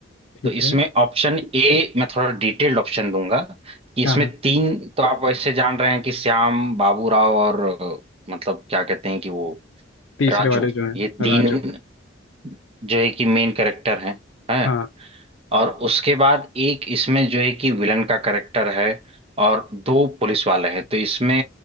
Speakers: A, on the left; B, on the right.
A: ठीक
B: तो इसमें
A: है
B: ऑप्शन ए मैं थोड़ा डिटेल्ड ऑप्शन दूंगा कि इसमें
A: हाँ हाँ
B: तीन तो आप वैसे जान रहे हैं कि श्याम बाबूराव और अ, मतलब क्या कहते हैं कि वो
A: तीसरे
B: राजू
A: वाले जो हैं
B: ये तीन
A: राजू
B: जो है कि मेन कैरेक्टर हैं हैं
A: हाँ
B: और उसके बाद एक इसमें जो है कि विलन का करेक्टर है और दो पुलिस वाले हैं तो इसमें